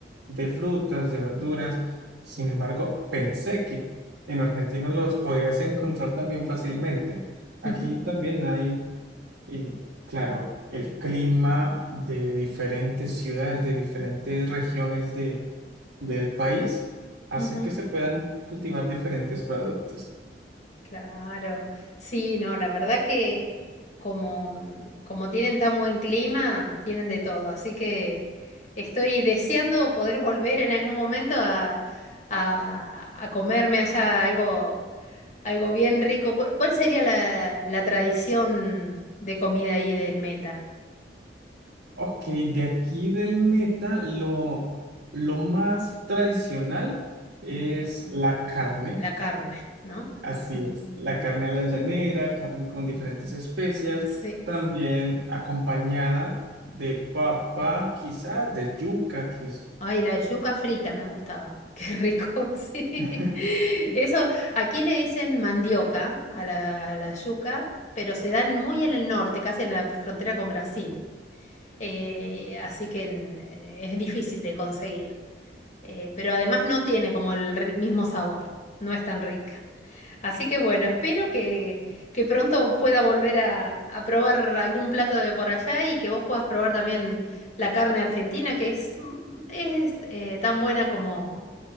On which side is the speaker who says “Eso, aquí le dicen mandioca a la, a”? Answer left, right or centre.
Left